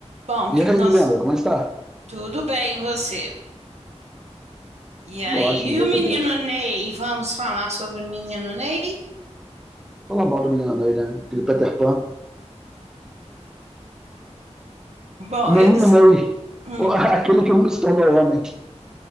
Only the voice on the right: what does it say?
Bom, que-
nós
tudo bem, e você? E
aí,
e
o menino
Ney? Vamos falar sobre o menino Ney?
Bom,
eu- s-
hum,